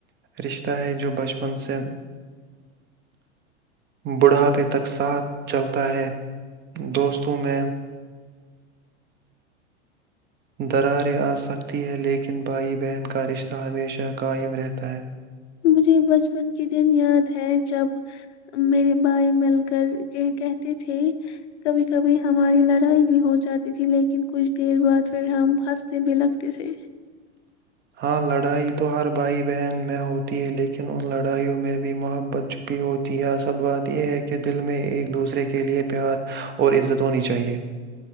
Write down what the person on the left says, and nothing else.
مجھے بچپن کے دن یاد ہے جب میرے بھائی مل کر کہتے تھے کبھی کبھی ہماری لڑائی بھی ہو جاتی تھی لیکن کچھ دیر بعد پھر ہم ہنستے بھی لگتے تھے